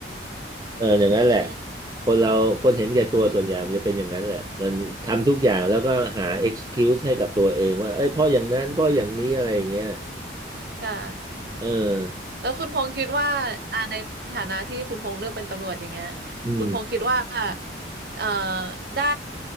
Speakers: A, on the right; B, on the right.
A: เอออย่างนั้นแหละ
B: อืม
A: คนเราคนเห็นแก่ตัวส่วนใหญ่มันจะเป็นอย่างนั้นแหละมันทำทุกอย่างแล้วก็หา excuse ให้กับตัวเองว่าเอ้ยเพราะอย่างนั้นเพราะอย่างนี้อะไรอย่างเงี้ย
B: ค่ะ
A: เออ
B: แล้วคุณพงษ์คิดว่าอ่าในฐานะที่คุณพงษ์เลือกเป็นตำรวจอย่างเงี้ย
A: อืม
B: คุณพงษ์คิดว่าเอ่อได้